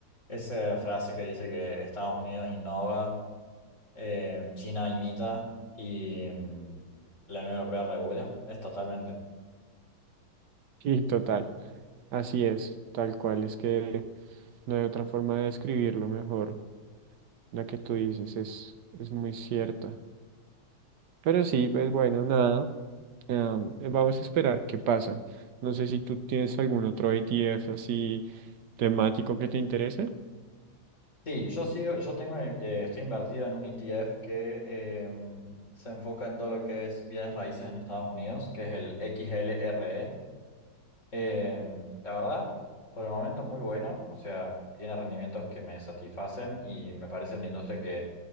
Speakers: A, on the left; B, on the right.
A: esa frase que dice que Estados Unidos innova, eh, China imita y mm, la Unión Europea regula. Es totalmente.
B: Sí, total, así es, tal cual, es que no hay otra forma de describirlo mejor, la que tú dices es, es muy cierta. Pero sí, pues bueno, nada, em, vamos a esperar qué pasa. No sé si tú tienes algún otro ETF así temático que te interese.
A: Sí, yo sigo, yo tengo, eh, estoy invertido en un ETF que em, se enfoca en todo lo que es bienes raíces en Estados Unidos, que es el XLRE. Eh, la verdad, por el momento muy bueno, o sea, tiene rendimientos que me satisfacen y me parece una industria que